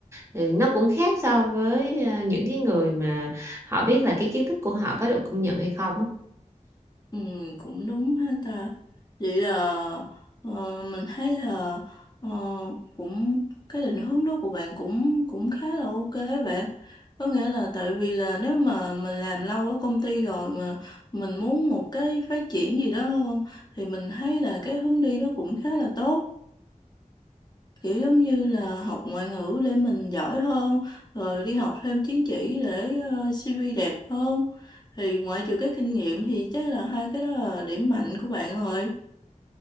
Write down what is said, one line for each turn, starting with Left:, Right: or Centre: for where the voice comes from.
Right: thì nó cũng khác so với à, những cái người mà họ biết là cái kiến thức của họ có được công nhận hay không á.
Left: ừ, cũng đúng ha ta vậy là ờ, mình thấy là ờ, cũng cái định hướng đó của bạn cũng cũng khá là ok á bạn có nghĩa là tại vì là nếu mà mình làm lâu ở công ty rồi mà mình muốn một cái phát triển gì đó hơn thì mình thấy là cái hướng đi đó cũng khá là tốt kiểu giống như là học ngoại ngữ để mình giỏi hơn rồi đi học thêm chứng chỉ để ờ, CV đẹp hơn thì ngoại trừ cái kinh nghiệm thì chắc là hai cái đó là điểm mạnh của bạn rồi